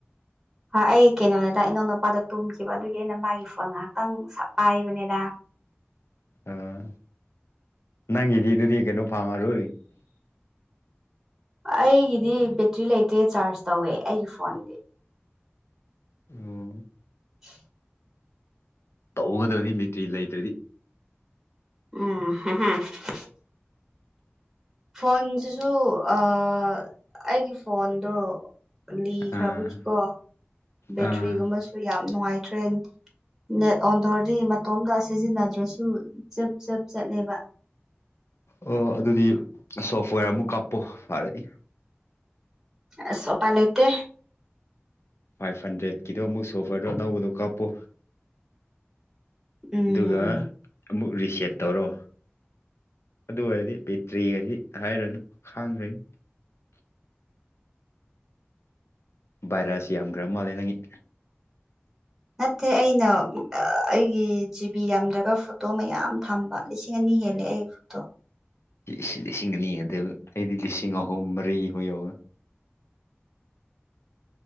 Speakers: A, in the centre; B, on the left.
A: ꯍꯣꯏ ꯑꯩ ꯀꯩꯅꯣꯅꯤꯗ ꯏꯅꯥꯎ ꯅꯨꯄꯥꯗꯣ ꯇꯨꯝꯈꯤꯕ ꯑꯗꯨꯒꯤ ꯑꯩꯅ ꯃꯥꯒꯤ ꯐꯣꯟ ꯉꯥꯏꯍꯥꯛꯇꯪ ꯄꯥꯏꯕꯅꯤꯗ
B: ꯑꯥ ꯅꯪꯒꯤꯗꯤ ꯑꯗꯨꯗꯤ ꯀꯩꯅꯣ ꯐꯪꯉꯔꯣꯏ
A: ꯑꯩꯒꯤꯗꯤ ꯕꯦꯇ꯭ꯔꯤ ꯂꯩꯇꯦ ꯆꯥꯔꯖ ꯇꯧꯋꯦ ꯑꯩꯒꯤ ꯐꯣꯟꯗꯤ
B: ꯎꯝ
A: <inaudible>
B: ꯇꯧꯒꯗꯕꯅꯤ ꯕꯦꯇ꯭ꯔꯤ ꯂꯩꯇ꯭ꯔꯗꯤ
A: ꯎꯝ <unintelligible> ꯐꯣꯟꯁꯤꯁꯨ ꯑꯩꯒꯤ ꯐꯣꯟꯗꯣ ꯂꯤꯈ꯭ꯔꯕꯒꯤꯀꯣ
B: ꯑꯥ
A: ꯕꯦꯇ꯭ꯔꯤꯒꯨꯝꯕꯁꯨ
B: ꯑꯥ
A: ꯌꯥꯝ ꯅꯨꯡꯉꯥꯏꯇ꯭ꯔꯦ ꯅꯦꯠ ꯑꯣꯟ ꯇꯧꯔꯗꯤ ꯃꯇꯣꯝꯗ ꯁꯤꯖꯤꯟꯅꯗ꯭ꯔꯁꯨ ꯆꯞ ꯆꯞ ꯆꯠꯂꯦꯕ
B: ꯑꯣ ꯑꯗꯨꯗꯤ ꯁꯣꯐꯋꯦꯔ ꯑꯃꯨꯛ ꯀꯥꯞꯄꯣ ꯐꯔꯅꯤ
A: ꯑꯁ ꯎꯄꯥꯏ ꯂꯩꯇꯦ
B: ꯐꯥꯏꯚ ꯍꯟꯗ꯭ꯔꯦꯠꯀꯤꯗꯣ ꯑꯃꯨꯛ ꯁꯣꯐꯋꯦꯔꯗꯣ ꯑꯅꯧꯕꯗꯣ ꯀꯥꯞꯄꯣ
A: ꯎꯝ
B: ꯑꯗꯨꯒ ꯑꯃꯨꯛ ꯔꯤꯁꯦꯠ ꯇꯧꯔꯣ ꯑꯗꯨ ꯑꯣꯏꯔꯗꯤ ꯕꯦꯇ꯭ꯔꯤꯒꯁꯤ ꯍꯥꯏꯔꯅꯨ ꯈꯥꯡꯈ꯭ꯔꯅꯤ ꯚꯥꯏꯔꯁ ꯌꯥꯝꯈ꯭ꯔ ꯃꯥꯜꯂꯦ ꯅꯪꯒꯤ
A: ꯅꯠꯇꯦ ꯑꯩꯅ ꯑꯩꯒꯤ ꯖꯤꯕꯤ ꯌꯥꯝꯗ꯭ꯔꯒ ꯐꯣꯇꯣ ꯃꯌꯥꯝ ꯊꯝꯕ ꯂꯤꯁꯤꯡ ꯑꯅꯤ ꯍꯦꯜꯂꯦ ꯑꯩ ꯐꯣꯠꯇꯣ
B: ꯁꯤ ꯂꯤꯁꯤꯡ ꯑꯅꯤ ꯍꯦꯟꯗꯦꯕ ꯑꯩꯗꯤ ꯂꯤꯁꯤꯡ ꯑꯍꯨꯝ ꯃꯔꯤꯈꯣꯏ ꯌꯧꯔꯝꯒ
A: <inaudible>